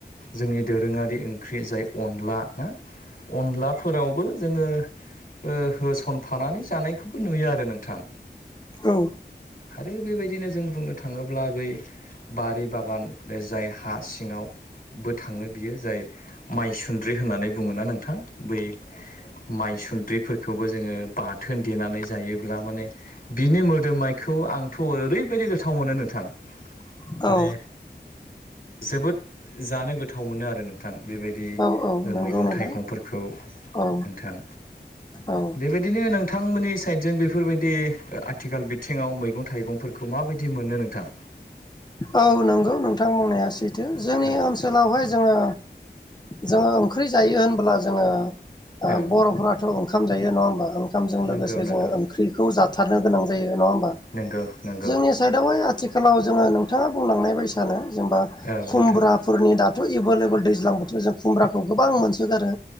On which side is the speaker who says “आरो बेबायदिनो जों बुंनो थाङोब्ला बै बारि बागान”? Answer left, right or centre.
Left